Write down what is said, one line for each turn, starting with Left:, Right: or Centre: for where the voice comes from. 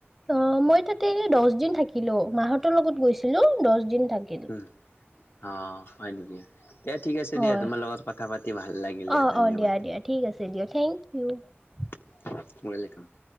Centre: অ, মই তাতে এনে, দহ দিন থাকিলো, মাহতৰ লগত গৈছিলো দহ দিন থাকিল
Left: উম, অ, হয় নেকি? দিয়া ঠিক আছে
Centre: হয়
Left: দিয়া, তোমাৰ লগত কথা পাতি ভাল লাগিল দিয়া,
Centre: অ
Left: ধন্যবাদ।
Centre: অ দিয়া ঠিক আছে দিয়া থেংক <unintelligible>
Left: <inaudible>